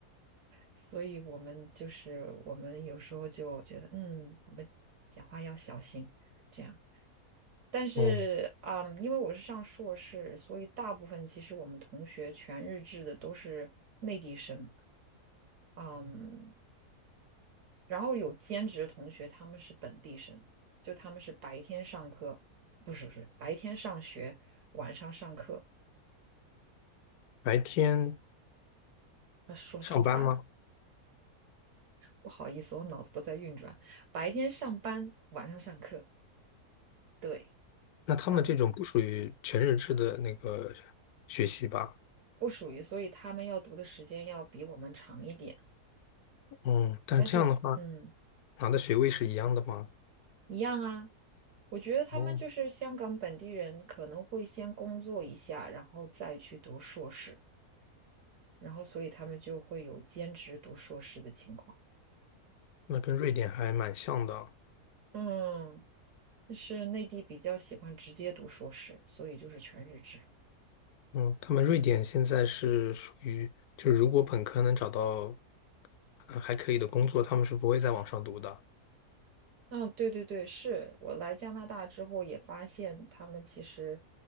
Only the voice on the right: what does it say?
所以我们就是我们有时候就觉得，嗯，我们讲话要小心，这样。但是，
嗯，因为我是上硕士，所以大部分其实我们同学全日制的都是内地生，嗯，然后有兼职的同学他们是本地生，就他们是白天上课，不是不是白天上学，晚上上课。
那说说反了，
不好意思，我脑子不在运转。白天上班，晚上上课，对，
他们
不属于，所以他们要读的时间要比我们长一点。
但是，嗯，
一样啊。我觉得他们就是香港本地人，
可能会先工作一下，然后再去读硕士，然后所以他们就会有兼职读硕士的情况。
嗯，就是内地比较喜欢直接读硕士，所以就是全日制。
嗯，对对对，是我来加拿大之后也发现，他们其实